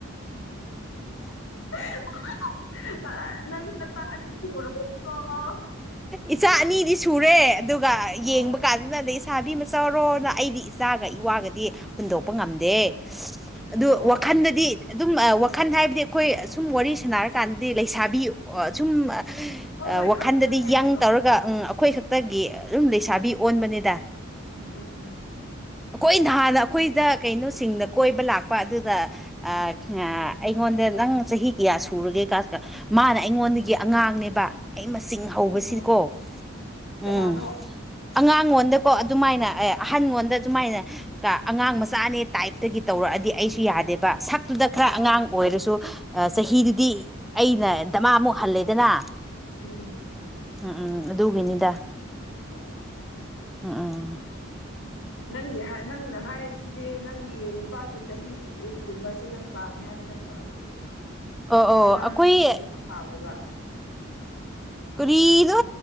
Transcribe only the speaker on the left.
<unintelligible> ꯅꯪ ꯅꯆꯥ ꯑꯅꯤ ꯊꯨꯡꯔꯕ ꯅꯠꯇ꯭ꯔ‌ꯣ
ꯑꯣ
ꯑꯣ
ꯑꯗꯨ
ꯍꯣꯏ
ꯍꯣꯏ ꯈꯪꯉꯦ ꯈꯪꯉꯦ
ꯑꯩꯁꯨ
ꯎꯝ ꯎꯝ ꯎꯝ
ꯍꯣꯏ ꯍꯣꯏ ꯀꯅꯥꯅꯣ
ꯎꯝ
ꯑꯣ ꯑ‌ꯣ ꯑꯣ
ꯅꯪꯒꯤ ꯅꯪꯅ ꯍꯥꯏꯔꯤꯁꯤꯗꯤ ꯅꯪꯒꯤ ꯅꯨꯄꯥꯒꯤ ꯆꯍꯤꯒꯨꯝꯕꯁꯦ ꯅꯪ ꯄꯥꯝꯃꯤ ꯍꯥꯏꯕ ꯅꯠꯇ꯭ꯔꯣ ꯑꯗꯨꯗꯤ
ꯑꯉꯥꯡ
<inaudible> ꯗꯤ ꯄꯥꯝꯗꯕ